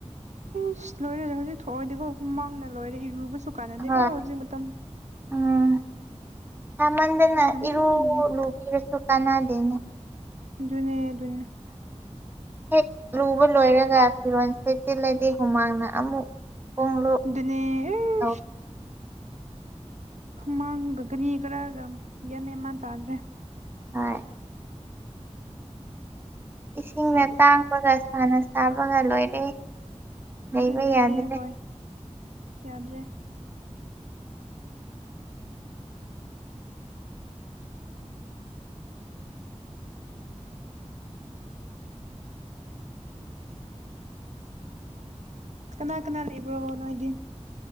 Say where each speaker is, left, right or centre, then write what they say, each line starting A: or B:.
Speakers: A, on the right; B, on the right.
A: ꯏꯁ ꯂꯣꯏꯔꯦ ꯍꯧꯖꯤꯛ ꯊꯣꯛꯑꯣꯏꯗꯤꯀꯣ ꯍꯨꯃꯥꯡꯅ ꯂꯣꯏꯔꯦ ꯏꯔꯨꯕ ꯀꯟꯅꯗꯦꯀꯣ
B: ꯍꯣꯏ
A: ꯍꯧꯖꯤꯛ ꯃꯇꯝ
B: ꯎꯝ ꯁꯥꯃꯟꯗꯅ
A: ꯁꯥꯃꯟꯕꯒꯤ
B: ꯏꯔꯨ ꯂꯨꯕꯤꯔꯁꯨ ꯀꯥꯟꯅꯗꯦꯅꯤ
A: ꯗꯨ ꯑꯗꯨꯅꯦ
B: ꯍꯦꯛ ꯂꯨꯕ ꯂꯣꯏꯔꯒ ꯐꯤꯔꯣꯜ ꯁꯦꯠꯆꯤꯜꯂꯗꯤ ꯍꯨꯃꯥꯡꯅ ꯑꯃꯨꯛ ꯄꯨꯡꯂꯨꯞ
A: ꯗꯨꯅꯦ ꯏꯁ
B: ꯇꯧ
A: ꯃꯥꯡꯒ ꯀꯔꯤ ꯀꯔꯒꯥ ꯌꯥꯝꯃꯦ ꯃꯥꯟ ꯇꯥꯗ꯭ꯔꯦ
B: ꯍꯣꯏ ꯏꯁꯤꯡꯅ
A: ꯁꯥꯃꯟ
B: ꯇꯥꯡꯕꯒ ꯁꯥꯅ ꯁꯥꯕꯒ ꯂꯣꯏꯔꯦ ꯂꯩꯕ
A: ꯑꯗꯨꯅꯦ
B: ꯌꯥꯗ꯭ꯔꯦ
A: ꯍꯣꯏ ꯌꯥꯗ꯭ꯔꯦ ꯀꯅꯥ ꯀꯅꯥ ꯂꯩꯕ꯭ꯔꯣ ꯅꯣꯏꯗꯤ